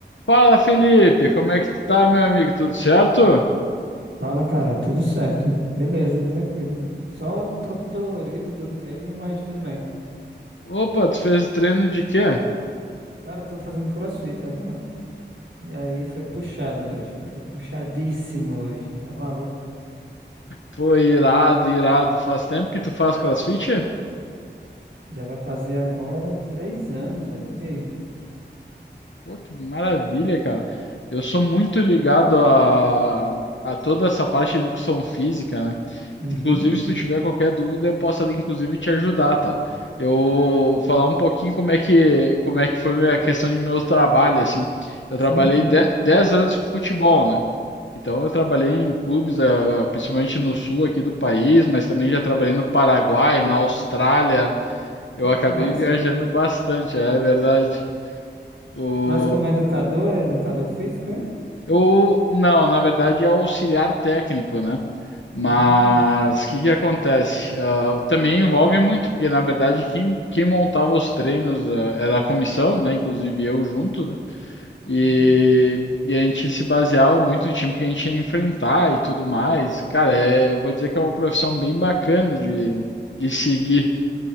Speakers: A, on the left; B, on the right.
A: Fala, Felipe, como é que tu tá, meu amigo? Tudo certo?
B: Fala, cara, tudo certo. Beleza, tranquilo. Só todo dolorido do treino, mas tudo bem.
A: Opa, tu fez treino de quê?
B: Cara, eu tô fazendo CrossFit agora. E aí foi puxado hoje. Foi puxadíssimo hoje. Tá maluco?
A: Pô, irado, irado. Faz tempo que tu faz CrossFit?
B: Já vai fazer agora três anos, velho. Diga aí.
A: Pô, que maravilha,
B: Tô...
A: cara. Eu sou muito ligado a, a toda essa parte de educação física, né?
B: Uhum.
A: Inclusive, se tu tiver qualquer dúvida, eu posso, inclusive, te ajudar, tá? Eu vou falar um pouquinho como é que, como é que foi a questão de meu trabalho, assim. Eu trabalhei
B: Sim, show.
A: de- 10 anos com futebol, né? Então, eu trabalhei em clubes, ah, principalmente no sul aqui do país, mas também já trabalhei no Paraguai, na Austrália. Eu
B: Cara,
A: acabei
B: que massa.
A: viajando bastante, é verdade. O...
B: Mas como educador, é educador físico, é?
A: Eu, não, na verdade é auxiliar técnico, né? Mas
B: Hum.
A: o que que acontece? Ah, também envolve muito, porque na verdade quem, quem montava os treinos, ah, era a comissão, né? Inclusive eu junto, né? E,
B: Uhum.
A: e a gente se baseava muito no time que a gente ia enfrentar e tudo mais. Cara, é, eu vou dizer que é uma profissão bem bacana de, de seguir